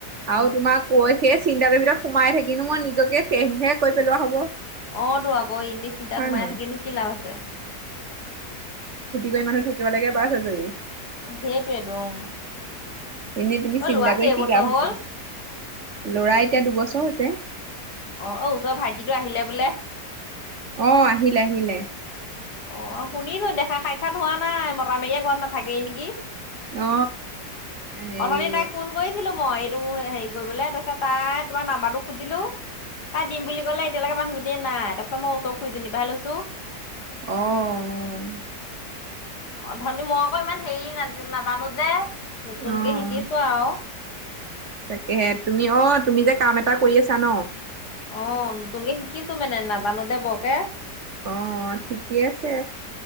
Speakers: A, on the left; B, on the right.
A: অ
B: আৰু তোমাক কৈ শেষ চিন্তাৰৰ ভিতৰত সোমাই থাকিনো মই নিজকেহেপেলোৱা হয় <unintelligible>
A: অ তো আকৌ এনেই চিন্তাত সোমাই
B: নহয়।
A: থাকিনো কি লাভ আছে
B: গৈ মানু থাক লাগে বাছ আজৰি।
A: সেইটোৱেইটো অ
B: এনেই তুমি চিন্তা
A: লোৱা
B: কৰি
A: কেইবছৰ
B: কি লাভ
A: হ'ল?
B: আছ লৰা এতিয়া দুবছৰ হৈছে
A: অ অ ওচৰ ভাইটিটো আহিলে বোলে
B: আহ আহিলে আহিলে
A: অ শুনিলো দেখা সাক্ষাৎ হোৱা নাই মতা মেকীয়ে ঘৰত নাথাকেই নেকি
B: অ হেৰি
A: অথনি তাইক ফোন কৰিছিলো মই টো হেৰি কৰিবলৈ তাৰপিছত তাই তোমাৰ নাম্বাৰটো খুজিলো ক দিম বুলি কলে এতিয়ালৈ মানুহ <unintelligible> এ নাই তাৰপিছত মই ওচ খুই জনি পা লৈছো <unintelligible>
B: আহ
A: অ ধনী মই আকৌ ইমান হেৰি নাজ নাজানো যে নতুনকে
B: অ'
A: শিকিছো আৰু
B: তাকেহে তুমি অ তুমি যে কাম এটা কৰি আছা ন
A: অ নতুনকে শিকিছো মানে নাজানো দে বৰকে <unintelligible>
B: অ ঠিকেই আছে